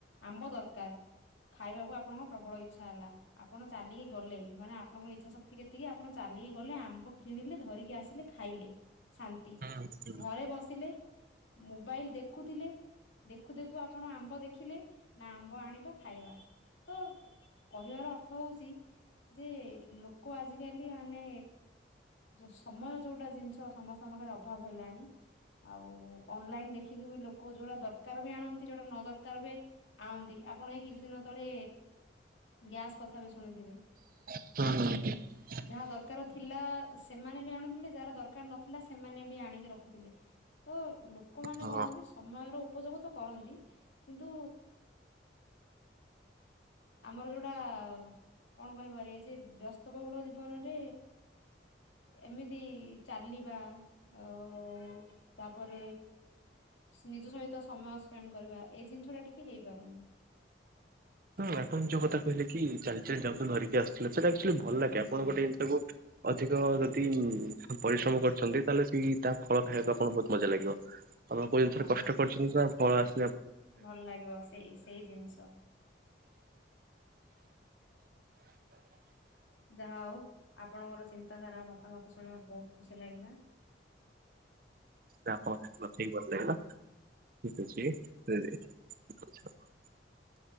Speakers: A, on the left (about 85°); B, on the right (about 50°).
A: ଆମ୍ବ ଦରକାର ଖାଇବାକୁ ଆପଣଙ୍କ ପ୍ରବଳ ଇଚ୍ଛା ହେଲା ଆପଣ ଚାଲିକି ଗଲେ ମାନେ ଆ ଆପଣଙ୍କ ଇଚ୍ଛା ଶକ୍ତି କେତିକି ଆପଣ ଚାଲିକି ଗଲେ ଆମ୍ବ କିଣିଲେ ଧରିକି କି ଆସିଲେ ଖାଇଲେ ଶାନ୍ତି
B: ହୁଁ। ହୁଁ ହୁଁ।
A: ଘରେ ବସିଲେ ମୋବାଇଲି ଦେଖୁଥିଲେ ଦେଖୁ ଦେଖୁ ଆପଣ ଆମ୍ବ ଦେଖ ଦେଖିଲେ ନା ଆମ୍ବ ଆଣିବ ଖାଇବା ତ କହିବାର ଅର୍ଥ ହଉଚି ଯେ ଲୋକ ଆଜିକାଲି ମାନେ ଯୋଉ ସମୟ ଯୋଉଟା ଜିନିଷ ସମସ୍ତଙ୍କ ପାଖରେ ଅଭାବ ହେଲାଣି ଆଉ ଅନଲାଇନ ଦେଖି ଇମି ଲୋକ ଯୋଉଟା ଦରକାର ବି ଆଣନ୍ତି ଯୋଉଟା ନ ଦରକାର ବି ଆଣନ୍ତି ଆପଣ ଏଇ କିଛି ଦିନ ତଳେ ଗ୍ୟାସ୍ କଥା ବି ଶୁଣିଥିବେ
B: ହୁଁ
A: ଯାହା ଦରକାର ଥିଲା ସେମାନେ ବେ ଆଣୁଥିଲେ ଯାହାର ଦରକାର ନଥିଲା ସେମାନେ ବି ଆଣିକି ରଖୁଥିଲେ ତ ଲୋ ଲୋକମାନେ
B: ହଁ
A: କଣ କି ସମୟର ଉପଯୋଗ ତ କରନ୍ତି କିନ୍ତୁ ଆମର ଯୋଉଟା କଣ କହିପାରି ଯେ ବ୍ୟସ୍ତବହୁଳ ଜୀବନରେ ଏମିତି ଚାଲିବା ଓ-ଓ ତାପରେ ନିଜ ସହିତ ସମୟ ସ୍ପେଣ୍ଡ କରିବା ଏଇ ଜିନିଷ ଟା ଟିକେ ହେଇପାରୁନି।
B: ହଁ ଯୋଉ କଥା କହିଲେ କି ଚାଲିଚାଲି ଯାଉଛନ୍ତି ଧରିକି ଆସ <unintelligible> ଆକଚୁଲି ଭଲ
A: ଉୁଁ
B: ଲାଗେ ଆପଣ
A: ହୁଁ
B: ଗୋଟେ ଏମିତି ତାକୁ ଅଧିକ ଯଦି ପରିଶ୍ରମ କରିଛନ୍ତି ତାହେଲେ ସେଇ ତା ଫଳ ଖାଇବାକୁ ଆପଣ ବହୁତ ମଜା ଲାଗିବ। ଆପଣ କଉ ଜିନିଷରେ
A: ହଁ
B: କଷ୍ଟ କରିଛନ୍ତି ବା ଫଳ ଆସ
A: ଭଲ ଲାଗିବ ସେଇ ସେଇ ଜିନିଷ ଯାହା ହଉ ଆପଣଙ୍କର ଚିନ୍ତାଧାରା ମତାମତ ଶୁଣି ମତେ ବହୁତ ଖୁସି ଲାଗିଲା।
B: ଯାହା ହଉ ମୋତେ ବି ଭଲ ଲାଗିଲା। ଠିକ ଅଛି ରହିଲି ନମସ୍କାର।